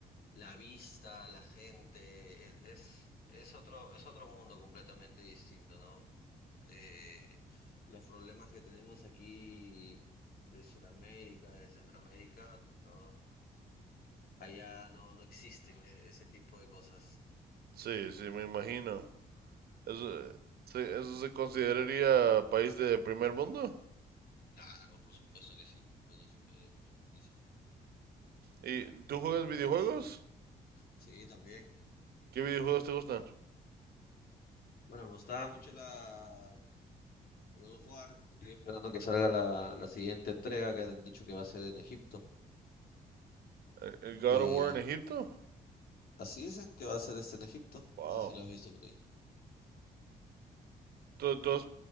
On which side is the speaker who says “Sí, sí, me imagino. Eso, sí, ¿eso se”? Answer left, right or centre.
Right